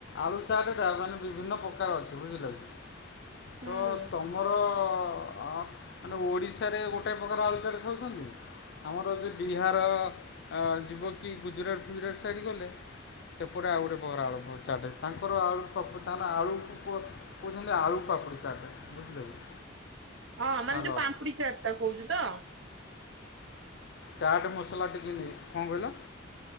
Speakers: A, on the left; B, on the right.
A: ଆଳୁ ଚାଟଟା ମାନେ ବିଭିନ୍ନ ପ୍ରକାର ଅଛି ବୁଝିଲ କି?
B: ହୁଁ
A: ତ
B: ହୁଁ
A: ତମର ଅ ମାନେ ଓଡ଼ିଶାରେ ଗୋଟେ ପ୍ରକାର ଆଳୁ ଚାଟ ଖାଉଛନ୍ତି ଆମର ଯେଉ ବିହାର ଅ ଯିବ କି ଗୁଜୁରାଟ ଫୁଜୁରାଟ ସାଇଡ଼୍ ଗଲେ। ସେପଟେ ଆଉ ଗୋଟେ ପ୍ରକାରର ଆଳୁ ଚାଟ ତାଙ୍କର ଆଳୁ ତାଙ୍କ ଆଳୁକୁ ପ କହୁଛନ୍ତି ଆଳୁ ପାପୁଡ଼ି ଚାଟେ ବୁଝିଲ କି?
B: ହଁ ମାନେ
A: ହ୍ୟାଲୋ
B: ଯୋଉ ପାମ୍ପୁଡି ଚାଟ ଟା କହୁଛୁ ତ।
A: ଚାଟ୍ ମସଲା ଟିକେ ନେଇ କଣ କହିଲ?